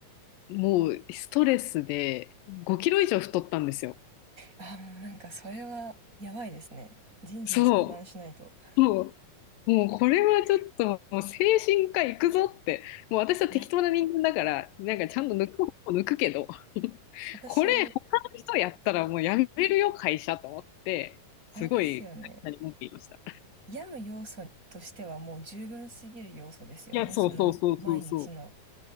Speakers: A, on the left; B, on the right.
A: もうストレスで5キロ以上太ったんですよ。
B: あ、もうなんかそれはやばいですね。人事に相談しないと。
A: そうもう、もうこれはちょっと、もう精神科行くぞって、もう私は適当な人間だから、
B: いや、
A: なんかちゃんと抜く方法抜くけど、<laughs>
B: 私、
A: これ他の人やったらもうやめるよ、会社と思って、すごい会社に文句言いました。
B: あれですよね。病む要素としてはもう十分すぎる要素ですよね。
A: いや、そうそうそうそうそ
B: その毎日の。